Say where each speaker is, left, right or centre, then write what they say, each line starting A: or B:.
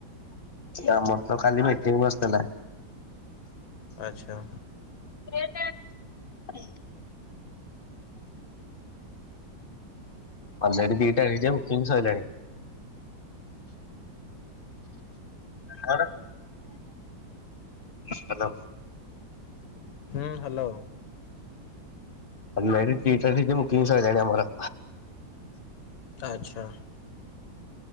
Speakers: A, on the left; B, on the left.
A: ଆମର ତ କାଲି ମିଟିଙ୍ଗ ବସିଥିଲା।
B: ଆଚ୍ଛା।
A: <inaudible> <unintelligible> ବକିଂ ସଇଲାଣି। <inaudible> ହେଲୋ।
B: ହୁଁ ହାଲୋ।
A: ଅଲରେଡ଼ି <unintelligible> ବୁକିଂ ହେଇସାଇଲାଣି ଆମର।
B: ଆଚ୍ଛା।